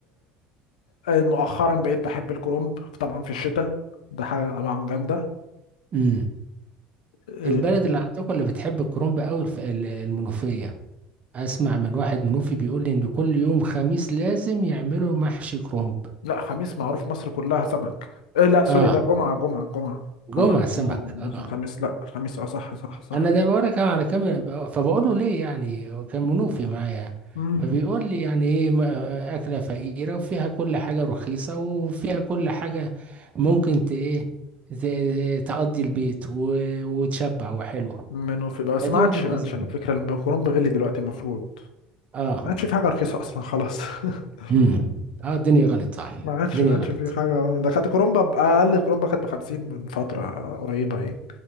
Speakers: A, on the left; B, on the right.
A: آه، مؤخرا بقيت بحب الكرنب طبعا في الشتاء ده حاجة طبعا جامدة
B: امم
A: إيه،
B: البلد اللي عندكم اللي بتحب الكرنب قوي الف... ال- المنوفيه اسمع من واحد منوفي بيقول لي ان كل يوم خميس لازم يعملوا محشي كرنب
A: لا خميس معروف مصر كلها سمك إيه، لا سوري
B: اه
A: ده جمعة جمعة جمعة
B: جمعه
A: جمعة
B: سمك
A: آه،
B: اه
A: الخميس لا الخميس اه صح صح صح
B: انا ده بقول لك على كام فبقول له ليه يعني كان منوفي معايا
A: امم
B: فبيقول لي يعني ايه ما- اكله فقيره وفيها كل حاجه رخيصه وفيها كل حاجه ممكن ت ايه ت- تقضي البيت و- وتشبع وحلو
A: منه في بقى، بس
B: فدي
A: ما عادش
B: وجهه
A: ما
B: نظري
A: عادش على فكرة الكرنب غلي دلوقتي المفروض
B: اه
A: ما عادش في حاجة رخيصة أصلا خلاص <laughs>
B: امم اه الدنيا غلط صح
A: ما عادش
B: الدنيا
A: ما عادش
B: غلط
A: في حاجة ده كانت كرومبا ب- أقل كرومبا كانت بخمسين من فترة قريبة ايه